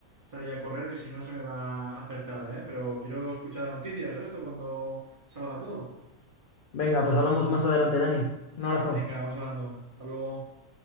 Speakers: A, on the right; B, on the left.
A: salir a correr, que si no se me va a hacer tarde, ¿eh? pero quiero escuchar las noticias de esto cuando salga todo.
B: Venga, pues hablamos más adelante, Dani. Un abrazo.
A: Venga, vamos hablando. Hasta luego.